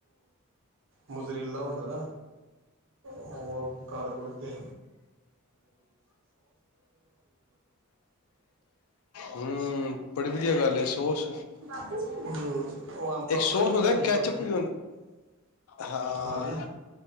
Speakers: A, on the right; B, on the left.
A: ਮੁਜਰੇਲਾ ਹੁੰਦਾ ਏਨਾ ਹੋਰ ਘਰ ਕੁੁਰ ਦੇ
B: ਹੰ ਬੜੀ ਵਧੀਆ ਗੱਲ ਹੈ ਸੋਸ ਇੱਕ
A: ਹ ਉਹ ਆਮ ਪਾਪੜ
B: ਸੋਸ
A: ਵੀ ਬਨਾਏ
B: ਹੁੰਦਾ ਕੈਚਅਪ
A: ਸੀ, ਪਰਸੋਂ
B: ਵੀ ਹੁੰ ਹਾਂ
A: ਹਾਂਜੀ